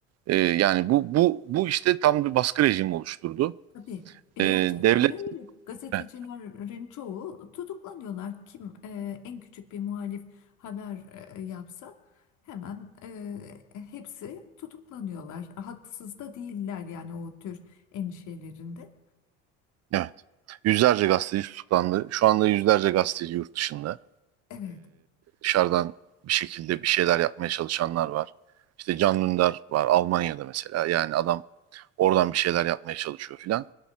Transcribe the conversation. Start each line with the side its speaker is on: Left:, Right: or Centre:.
Right: E, yani bu bu bu işte tam bir baskı rejimi oluşturdu.
Left: Tabii. E, gerçekten
Right: E, devlet
Left: de öyle. Gazetecilerin
Right: evet,
Left: çoğu tutuklanıyorlar. Kim e, en küçük bir muhalif haber e, yapsa hemen e, hepsi tutuklanıyorlar. Haksız da değiller yani o tür endişelerinde.
Right: evet. yüzlerce gazeteci tutuklandı. Şu anda yüzlerce gazeteci yurt dışında.
Left: Evet,
Right: Dışarıdan bir şekilde bir şeyler yapmaya çalışanlar var. İşte Can Dündar var Almanya'da mesela. Yani adam oradan bir şeyler yapmaya çalışıyor filan.